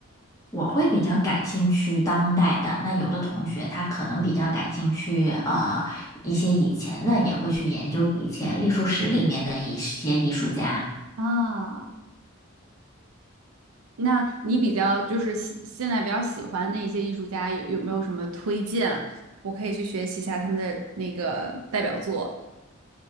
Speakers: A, on the left; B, on the right.
A: 我会比较感兴趣当代的，那有的同学他可能比较感兴趣呃一些以前的，也会去研究以前艺术史里面的一些艺术家。
B: 啊，那你比较就是喜现在比较喜欢的一些艺术家有有没有什么推荐？我可以去学习一下他们的那个代表作。